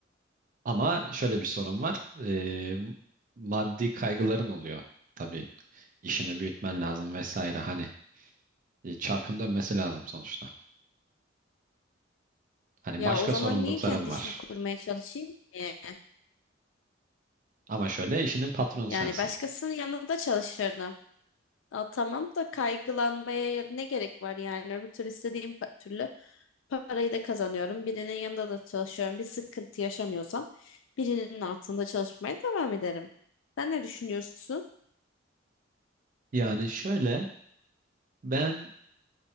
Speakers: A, on the right; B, on the left.
A: Ama şöyle bir sorun var. E, maddi kaygıların
B: Hı.
A: oluyor. Tabii işini büyütmen lazım vesaire hani e, çarkın dönmesi lazım sonuçta. Hani
B: Ya
A: başka
B: o zaman
A: sorumlulukların
B: niye kendi
A: var.
B: işimi kurmaya çalışayım ki?
A: Ama şöyle işinin patronu
B: Yani
A: sensin.
B: başkasının yanında çalışırdım. Aa, tamam da kaygılanmaya ne gerek var yani öbür türlü istediğim pa- türlü Parayı da kazanıyorum. Birinin yanında da çalışıyorum. Bir sıkıntı yaşamıyorsam birinin altında çalışmaya devam ederim. Sen ne düşünüyorsun?
A: Yani şöyle ben